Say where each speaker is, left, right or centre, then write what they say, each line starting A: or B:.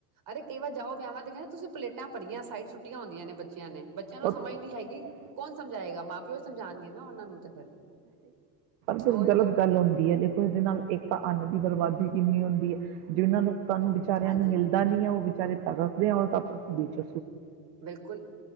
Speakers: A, on the right; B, on the right.
A: ਅਰੇ ਕਈ ਵਾਰੀ ਜਾਓ ਵਿਆਵਾਂ ਤੇ ਕਹਿੰਦਾ ਤੁਸੀਂ ਪਲੇਟ ਭਰੀਆਂ ਸਾਈਡ ਛੁੱਟੀਆਂ ਹੁੰਦੀਆਂ ਨੇ ਬੱਚਿਆਂ ਨੇ ਬੱਚਿਆਂ ਨੂੰ
B: ਔਰ
A: ਸਮਝ ਨੀ ਹੈਗੀ ਕੌਣ ਸਮਝਾਏਗਾ ਮਾਂ ਪਿਓ ਸਮਝਾਉਣਗੀਆਂ ਨਾ ਉਹਨਾਂ ਨੂੰ ਤੇ ਫਿਰ
B: ਫਿਰ
A: ਉਹੀ
B: ਗਲਤ
A: ਨਾ
B: ਗੱਲ ਹੁੰਦੀ ਹੈ ਦੇਖੋ ਇਹਦੇ ਨਾਲ ਇੱਕ ਤਾਂ ਅੰਨ ਦੀ ਬਰਬਾਦੀ ਕਿੰਨੀ ਹੁੰਦੀ ਹੈ। ਜਿਹਨਾਂ ਲੋਕ ਤੁਹਾਨੂੰ ਵਿਚਾਰਿਆਂ
A: ਹਾਂਜੀ
B: ਨੂੰ ਮਿਲਦਾ ਨੀ ਹੈ। ਉਹ ਵਿਚਾਰੇ ਤਾਂ ਦੱਸਦੇ ਆ' ਹੋਣ ਤਾਂ ਆਪਾਂ ਬਚ।
A: ਬਿਲਕੁਲ